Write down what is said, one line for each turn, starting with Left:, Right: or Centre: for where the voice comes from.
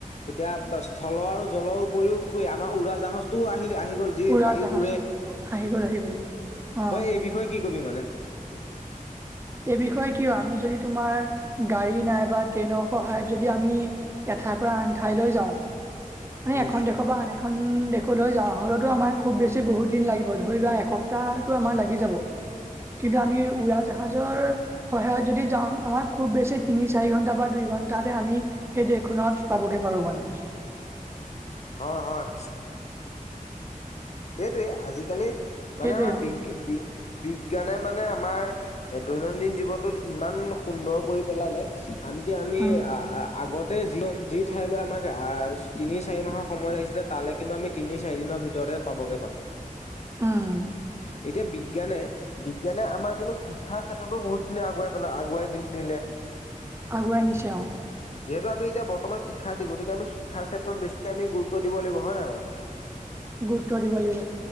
Left: এতিয়া স্থল আৰু জলৰ উপৰিও কি আমাৰ উৰা জাহাজটোও আহিলে। আহ গল যি
Right: উৰা
Left: বায়ুত
Right: জাহাজ
Left: উৰে,
Right: আহি গ'ল আহি গ'ল অ',
Left: তই এই বিষয়ে কি কবি মানে।
Right: এই বিষয়ে কিয় আমি যদি তোমাৰ গাড়ী নাই বা ট্ৰেইনৰ সহায়ত যদি আমি এঠাইৰ পৰা আন ঠাইলৈ যাওঁ। মানে
Left: উম
Right: এখন দেখৰ পৰা অনে খন দেশলৈ যাওঁ হ'লেতো আমাৰ খুব বেছি বহুত দিন লাগিব ধৰি লোৱা এসপ্তাহো আমাৰ লাগি যাব। কিন্তু আমি উৰা জাহাজ সহায়ত যদি যাওঁ, আমাৰ খুব বেছি তিনি চাৰি ঘন্টা বা দুই ঘন্টাতে আমি সেই দেশ ত পাবগে পাৰো মানে।
Left: হয়-হয়। সেইটোৱে আজিকালি মানে
Right: সেইটোৱে
Left: আমাৰ
Right: অ',
Left: বি্-বি বিজ্ঞানে মানে আমাৰ দৈনন্দিন জীৱনটোত ইমান সুন্দৰ কৰি পেলালে। আনকি আমি
Right: উম,
Left: আ-আ-আগত যি-যি ঠাইলৈ আমাক আহ তিনি চাৰি মাহৰ সময় লাগিছিলে তালৈ কিন্তু আমি তিনি চাৰি দিনৰ ভিতৰতে পাবগে পাৰো।
Right: উম,
Left: এতিয়া বিজ্ঞানে-বিজ্ঞানে আমাৰ কিন্তু শিক্ষাৰ ক্ষেত্ৰতো বহুত খিনি আগুৱাই পেলাই আগুৱাই নিলে
Right: আগুৱাই নিছে অ'।
Left: যিহেতু আমি এতিয়া বৰ্তমান শিক্ষাৰ্থী গতিকে আমি শিক্ষাৰ ক্ষেত্ৰত বেছি আমি গুৰুত্ব দিব লাগিব হয় ন বাৰু?
Right: গুৰুত্ব দিব লাগিব।